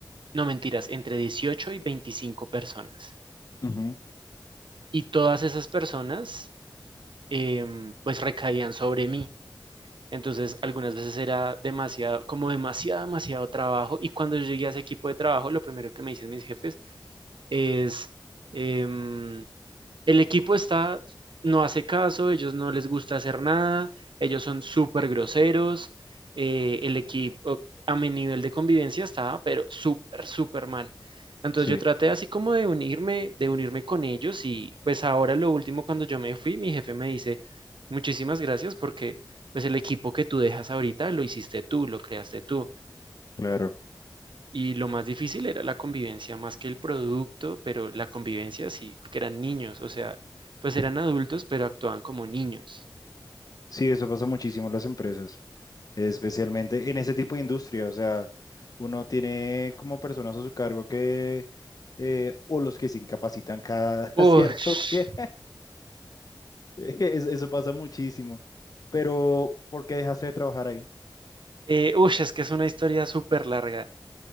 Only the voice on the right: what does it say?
no mentiras, entre 18 y 25 personas.
Y todas esas personas, em, pues recaían sobre mí. Entonces, algunas veces era demasiado, como demasiado, demasiado trabajo. Y cuando yo llegué a ese equipo de trabajo, lo primero que me dicen mis jefes es, em, el equipo está, no hace caso, ellos no les gusta hacer nada, ellos son súper groseros, eh, el equipo a mi nivel de convivencia estaba, pero súper, súper mal. Entonces
yo traté así como de unirme, de unirme con ellos y pues ahora lo último cuando yo me fui, mi jefe me dice, muchísimas gracias porque pues el equipo que tú dejas ahorita lo hiciste tú, lo creaste tú.
Y lo más difícil era la convivencia más que el producto, pero la convivencia sí, porque eran niños, o sea, pues eran adultos, pero actuaban como niños.
Ush,
eh, ush, es que es una historia súper larga.